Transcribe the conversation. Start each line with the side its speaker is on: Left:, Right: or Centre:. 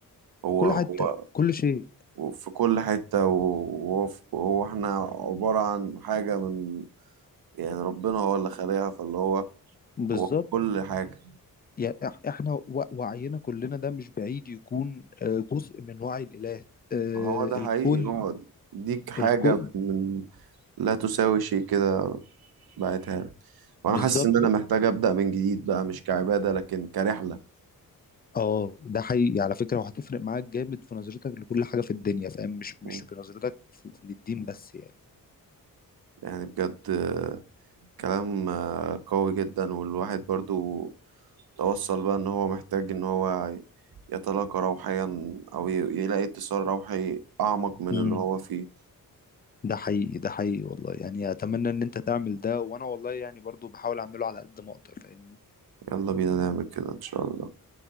Right: هو
Left: كل
Right: هو
Left: حتة كل شيء
Right: هو في كل حته وهو في- هو احنا عباره عن حاجه من يعني ربنا هو اللي خالقها فاللي هو
Left: بالظبط
Right: هو في كل حاجه
Left: يعني إح- احنا و- وعينا كلنا ده مش بعيد يكون آه، جزء من وعي الإله آه،
Right: هو ده
Left: الكون
Right: حقيقي هو ديك حاجه
Left: الكون
Right: من من لا تساوي شيء كده بعتها لك وانا
Left: بالظبط
Right: حاسس ان انا محتاج ابدا من جديد بقى مش كعباده لكن كرحله
Left: اه ده حقيقي على فكرة وهتفرق معاك جامد في نظرتك لكل حاجة في الدنيا فاهم مش مش
Right: مم.
Left: في نظرتك في- للدين بس يعني
Right: يعني بجد آه، كلام آه، قوي جدا والواحد برضو توصل بقى ان هو محتاج ان هو يتلاقى روحيا او ي- يلاقي اتصال روحي اعمق من
Left: امم
Right: اللي هو فيه
Left: ده حقيقي ده حقيقي والله يعني اتمنى ان انت تعمل ده وانا والله يعني برضو بحاول اعمله على قد ما اقدر فاهمني
Right: يلا بينا نعمل كده ان شاء الله